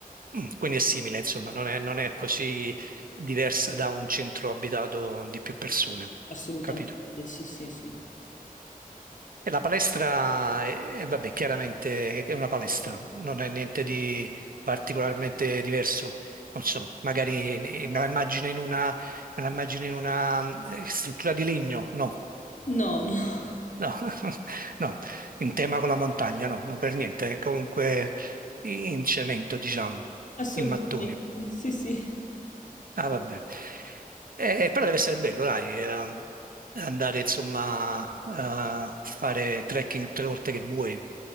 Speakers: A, on the right; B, on the left.
A: Mm, quindi è simile, insomma, non è, non è così diversa da un centro abitato di più persone,
B: Assolutamente,
A: capito?
B: sì, sì, sì.
A: E la palestra, eh, eh, vabbè, chiaramente è una palestra, non è niente di particolarmente diverso. Non so, magari eh, me la immagino in una, me la immagino in una mm, eh, struttura di legno, no,
B: No, no, <laughs>
A: No, <laughs> no, in tema con la montagna, no, no, per niente, è comunque in cemento, diciamo,
B: assolutamente,
A: in mattoni.
B: sì, sì,
A: Ah, vabbè. Eh, eh, però deve essere bello, dai, ehm, andare, insomma, a fare trekking tutte le volte che vuoi.